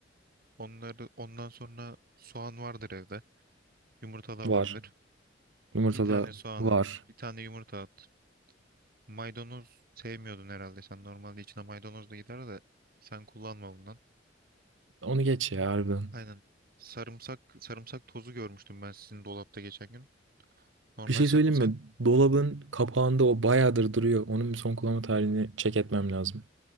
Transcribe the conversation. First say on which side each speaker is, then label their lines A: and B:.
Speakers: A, on the right (about 50°); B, on the right (about 85°).
A: Onları ondan sonra soğan vardır evde. Yumurta da
B: Var.
A: vardır.
B: Yumurtada
A: Bir tane soğan
B: var.
A: at, bir tane yumurta at. Maydanoz sevmiyordun herhalde. Sen normalde içine maydanoz da gider de sen kullanma bundan.
B: Onu geç ya harbiden.
A: Aynen. Sarımsak sarımsak tozu görmüştüm ben sizin dolapta geçen gün. Normal
B: Bir şey
A: sarımsak
B: söyleyeyim mi? Dolabın kapağında o bayağıdır duruyor. Onun bir son kullanma tarihini check etmem lazım.